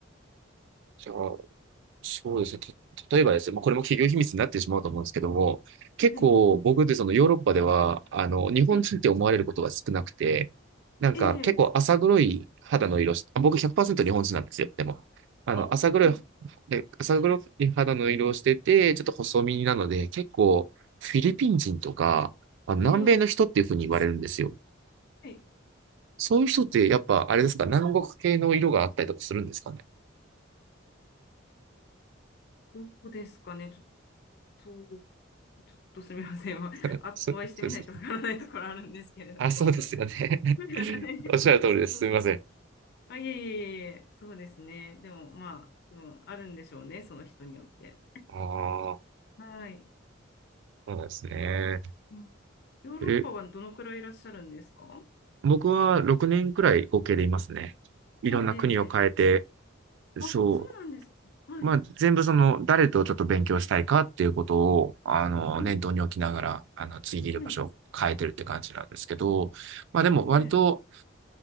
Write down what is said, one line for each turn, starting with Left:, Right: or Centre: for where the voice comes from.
Right: じゃあ、そうですね。た例えばですね、まあ、これも企業秘密になってしまうと思うんですけども、結構僕ってそのヨーロッパでは、
Left: はい、
Right: あの、日本人って思われることが少なくて、
Left: はい、
Right: なんか結構浅黒い肌の色し、
Left: ええ、
Right: あ僕100%日本人なんですよ、でも。あの、
Left: はい、
Right: 浅黒い、
Left: はい、
Right: で浅黒い肌の色をしてて、ちょっと細身なので、結構フィリピン人とか、あの南米の人っていうふうに言われるんですよ。
Left: ええ、はい、
Right: そういう人ってやっぱあれですか、南国系の色があったりとかするんですかね。
Left: どうですかね、ちょっと、ちょっとすみません、<laughs>
Right: <laughs>
Left: あ、
Right: そうそうです
Left: お会いしてみないとわからないところあるんですけれども。
Right: あ、そうですよね。
Left: <laughs> はい
Right: <laughs> おっしゃる通りです。
Left: そう
Right: すみません。
Left: あ、いえいえいえ、そうですね。でも、まあ、うん、あるんでしょうね、その人によって。
Right: ああ、
Left: はい。
Right: そうなんですね。
Left: うん、ヨーロッパはどのくらいいらっしゃるんですか
Right: え、僕は6年くらい合計でいますね。いろんな国を変えて、
Left: ええ、ええ、ええあ、
Right: そ
Left: そうなんですか。はい。
Right: う。まあ、全部その、誰とちょっと勉強したいかっていうことを、あの、
Left: うん、
Right: 念頭に置きながら、あの、次いる場所を変えてるって感じなんですけど、
Left: はい。
Right: まあでも割と、
Left: ええ、